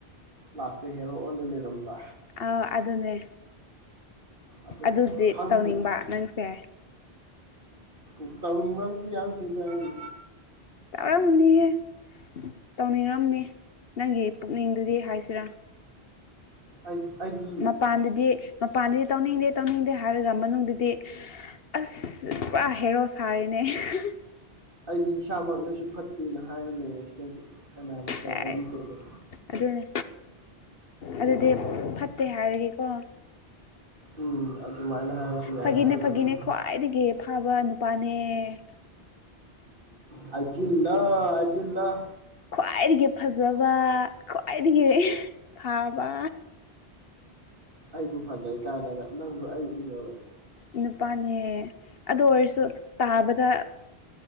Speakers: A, on the right; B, on the left.
A: ꯂꯥꯁꯇ ꯍꯦꯔꯣ ꯑꯣꯏꯅ ꯂꯩꯔꯝꯕ
B: ꯑꯥꯎ ꯑꯗꯨꯅꯦ
A: ꯑꯗꯨ
B: ꯑꯗꯨꯗꯤ
A: ꯈꯪꯗꯦꯗ
B: ꯇꯧꯅꯤꯡꯕ ꯅꯪꯁꯦ
A: ꯎꯝ ꯇꯧꯅꯤꯡꯕꯝꯇ ꯌꯥꯎꯗꯦꯗ ꯑꯩ
B: ꯌꯥꯎꯔꯝꯅꯤꯍꯦ ꯇꯧꯅꯤꯡꯉꯝꯅꯤ ꯅꯪꯒꯤ ꯄꯨꯛꯅꯤꯡꯗꯨꯗꯤ ꯍꯥꯏꯁꯤꯔꯥ
A: ꯑꯩ ꯑꯩꯗꯤ
B: ꯃꯄꯥꯟꯗꯗꯤ ꯃꯄꯥꯟꯗꯗꯤ ꯇꯧꯅꯤꯡꯗꯦ ꯇꯧꯅꯤꯡꯗꯦ ꯍꯥꯏꯔꯒ ꯃꯅꯨꯡꯗꯗꯤ ꯑꯁ ꯄꯨꯔꯥ ꯍꯦꯔꯣ ꯁꯥꯔꯦꯅꯦ <unintelligible>
A: ꯑꯩꯗꯤ ꯏꯁꯥꯃꯛꯅꯁꯨ ꯐꯠꯇꯦꯅ ꯍꯥꯏꯔ ꯂꯩꯔꯁꯤꯗꯕꯨ ꯀꯅꯥꯅ ꯐꯩ
B: ꯑꯁ
A: ꯍꯥꯏꯕꯤꯗꯣꯏꯅꯣ
B: ꯑꯗꯨꯅꯦ ꯑꯗꯨꯗꯤ ꯐꯠꯇꯦ ꯍꯥꯏꯔꯒꯦꯀꯣ <unintelligible>
A: ꯎꯝ ꯑꯗꯨꯃꯥꯏꯅ ꯍꯥꯏꯔꯁꯨ ꯌꯥꯏ
B: ꯐꯥꯒꯤꯅꯦ
A: ꯑꯩꯒꯤꯗꯤ
B: ꯐꯥꯒꯤꯅꯦ ꯈ꯭ꯋꯥꯏꯗꯒꯤ ꯐꯥꯕ ꯅꯨꯄꯥꯅꯦ꯫ <inaudible>
A: ꯍꯥꯏꯖꯤꯜꯂꫭ ꯍꯥꯏꯖꯤꯜꯂꫭ
B: ꯈ꯭ꯋꯥꯏꯗꯒꯤ ꯐꯖꯕ ꯈ꯭ꯋꯥꯏꯗꯒꯤ ꯐꯥꯕ
A: ꯑꯩꯕꯨ ꯐꯖꯩ ꯀꯥꯟꯅꯒ ꯅꯪꯕꯨ ꯑꯩ ꯎꯔꯕꯅꯦ
B: ꯅꯨꯄꯥ ꯅꯦ ꯑꯗꯨ ꯑꯣꯏꯔꯁꯨ ꯇꯥꯕꯗ